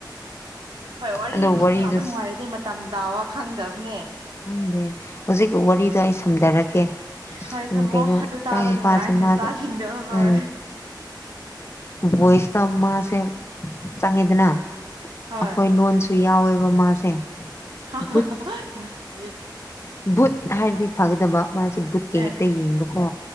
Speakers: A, on the right (about 80°); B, on the left (about 35°).
A: ꯍꯣꯏ ꯋꯥꯔꯤ
B: ꯑꯗꯣ
A: ꯑꯗꯨꯝ
B: ꯋꯥꯔꯤꯗꯨ
A: ꯁꯥꯕ ꯅꯨꯡꯉꯥꯏꯔꯗꯤ ꯃꯇꯝ ꯇꯥꯕ ꯈꯪꯗꯕꯅꯦ
B: ꯈꯪꯗꯦ ꯍꯧꯖꯤꯛ ꯋꯥꯔꯤꯗꯣ ꯑꯩ ꯁꯝꯗꯔꯛꯀꯦ
A: ꯍꯣꯏ ꯁꯝꯃꯣ
B: ꯎꯝ ꯀꯩꯅꯣ
A: ꯑꯗꯨ
B: ꯏꯆꯥꯅꯨꯄꯥꯁꯨ
A: ꯇꯥꯕ ꯅꯨꯡꯉꯥꯏ ꯅꯆꯥꯁꯤꯡꯗꯣ
B: ꯃꯥꯗꯣ
A: ꯍꯣꯏ
B: ꯎꯝ ꯕꯣꯏꯁꯇꯥ ꯃꯥꯁꯦ ꯆꯪꯉ‌ꯦꯗꯅꯥ
A: ꯍꯣꯏ
B: ꯑꯈꯣꯏ ꯂꯣꯟꯁꯨ ꯌꯥꯎꯋꯦꯕ ꯃꯥꯁꯦ
A: <unintelligible>
B: ꯚꯨꯠ ꯕꯨꯠ ꯍꯥꯏꯔꯗꯤ ꯐꯒꯗꯕ ꯃꯥꯁꯨ ꯕꯨꯠꯀꯥ
A: ꯑꯦ
B: ꯍꯦꯛꯇꯥ ꯌꯦꯡꯕꯀꯣ